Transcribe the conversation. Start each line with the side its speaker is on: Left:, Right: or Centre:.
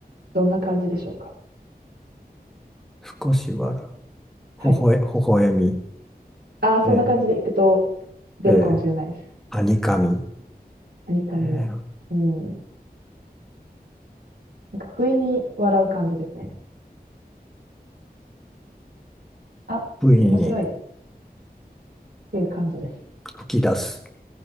Right: どんな感じでしょうか。
Centre: 少し笑う。
Right: はい。
Centre: ほほえ、ほほえみ。
Right: ああ、そんな感じでいくと
Centre: え
Right: 出るかもしれないです。
Centre: ーえーはにかみ。
Right: はにかみ。
Centre: えー
Right: うん。なんか、不意に笑う感じですね。あ、
Centre: 不意に
Right: 面白いっていう感じです。
Centre: 吹き出す。